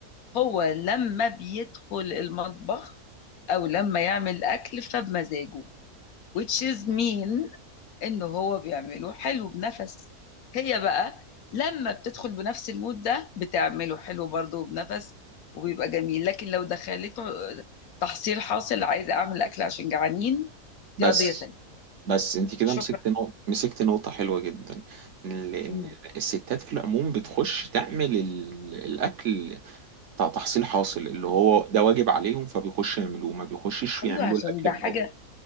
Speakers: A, on the left; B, on the right.
A: هو لما بيدخل المطبخ او لما يعمل اكل فبمزاجه which is mean إن هو بيعمله حلو بنفس هي بقى لما بتدخل بنفس المود ده بتعمله حلو برضه بنفس وبيبقى جميل لكن لو دخلته تحصيل حاصل عايزة أعمل أكل عشان جعانين
B: بس
A: دي قضية تانية
B: بس انت كده
A: شكرا
B: مسكت نقطه مسكت نقطه حلوه جدا ان لان
A: مم.
B: الستات في العموم بتخش تعمل ال... الاكل بتاع تحصيل حاصل اللي هو ده واجب عليهم فبيخشوا يعملوه ما بيخشش
A: أيوة
B: يعملوا
A: عشان
B: الاكل
A: ده
B: بره
A: حاجة